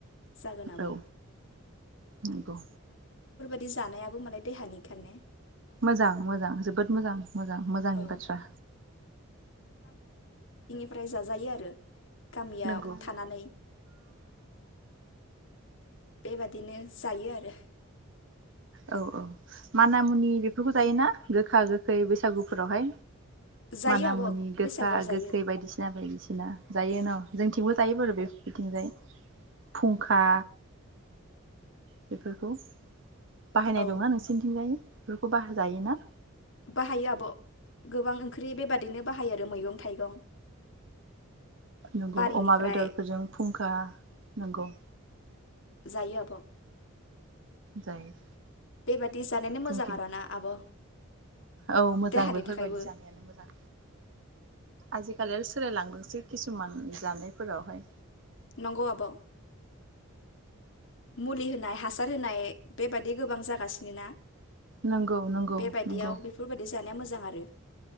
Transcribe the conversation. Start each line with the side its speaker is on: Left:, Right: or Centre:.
Left: जागोन आब'
Right: औ नोंगौ।
Left: दि जानायाबो मालाय देहानि खारनो
Right: मोजां मोजां जोबोद मोजां मोजां मोजांनि
Left: औ
Right: बाथ्रा।
Left: फ्राय जाजायो आरो। गामियाव
Right: नंगौ
Left: थानानै बेबादिनो जायो आरो।
Right: औ औ मानामुनि बेफोरखौ जायोना गोखा गोखै बैसागुफोरावहाय?
Left: जायो
Right: मानामुनि
Left: आब'
Right: गोखा
Left: बैसागोआव जायो
Right: गोखै बायदिसिना बायदिसिना जायो न? जोंथिंबो जायो बारु बे बिथिंजाय। फुंखा बेफोरखौ बाहायनाय
Left: औ
Right: दंना नोंसिनिथिंजाय? बेफोरखौ बाहाय जायोना
Left: बाहायो आब' गोबां ओंख्रि बेबादिनो बाहायो आरो मैगं थाइगं
Right: नंगौ
Left: बारिनिफ्राय
Right: अमा बेदरफोरजों फुंखा नंगौ
Left: जायो आब'
Right: जायो
Left: बेबादि जानायनो
Right: जोंथिं
Left: मोजां आरो ना आब'
Right: औ मोजां
Left: देहानि
Right: बेफोरबायदि
Left: थाखायबो
Right: जानायानो मोजां आजिखालि सोलायलांदोंसै किसुमान जानायफोरावहाय
Left: नंगौ आब' मुलि होनाय हासार होनाय बेबादि गोबां जागासिनो ना?
Right: नंगौ नंगौ
Left: बेबायदियाव
Right: नंगौ।
Left: बेफोरबायदि जानाया मोजां आरो